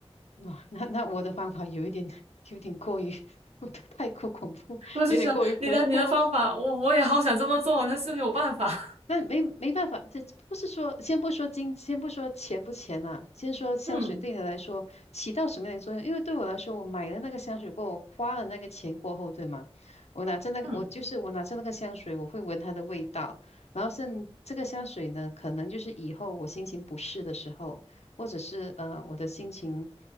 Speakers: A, on the left; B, on the right.
A: 哇，那那我的方法有一点，<laughs> 有一点过于，<laughs> 太过恐怖，
B: 我就想你的你的方法，
A: 有点过于浮夸。
B: 我我也好想这么做，但是没有办法。<laughs>
A: 那没没办法，这不是说，先不说金，先不说钱不钱呐、先说香水对你来说起到什么样的作用？
B: 嗯
A: 因为对我来说，我买了那个香水过后，我花了那个钱过后，对吗？我拿着那个，
B: 嗯
A: 我就是我拿着那个香水，我会闻它的味道，然后甚这个香水呢，可能就是以后我心情不适的时候，或者是呃我的心情